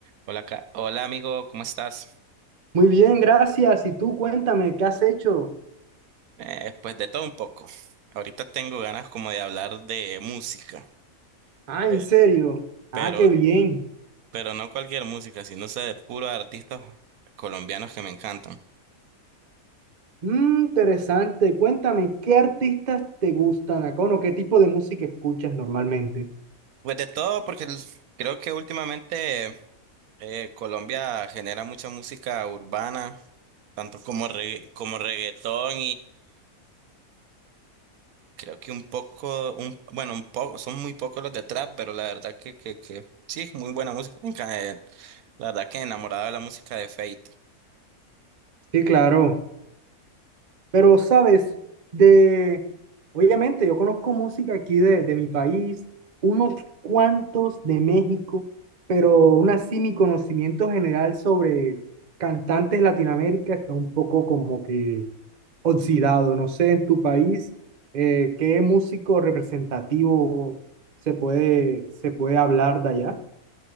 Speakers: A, on the right; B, on the right.
A: Hola, Ca- hola amigo, ¿cómo estás?
B: Muy bien, gracias. Y tú cuéntame, ¿qué has hecho?
A: Eh, pues de todo un poco. Ahorita tengo ganas como de hablar de música,
B: Ah,
A: pe-
B: ¿en serio?
A: pero,
B: Ah, qué bien.
A: pero no cualquier música, sino sé de puros artistas colombianos que me encantan.
B: Mm, interesante. Cuéntame, ¿qué artistas te gustan, Acono? ¿Qué tipo de música escuchas normalmente?
A: Pues de todo, porque el- creo que últimamente eh, Colombia genera mucha música urbana, tanto como, regga- como reggaetón Creo que un poco, un, bueno, un poco, son muy pocos los de trap, pero la verdad que, que, que sí, es muy buena música. En eh, La verdad que enamorado de la música de Fate.
B: Sí, claro. Pero, ¿sabes? De... Obviamente, yo conozco música aquí de, de mi país, unos cuantos de México, pero aún así mi conocimiento general sobre cantantes de Latinoamérica está un poco como que oxidado. No sé, en tu país, eh, ¿qué músico representativo se puede, se puede hablar de allá?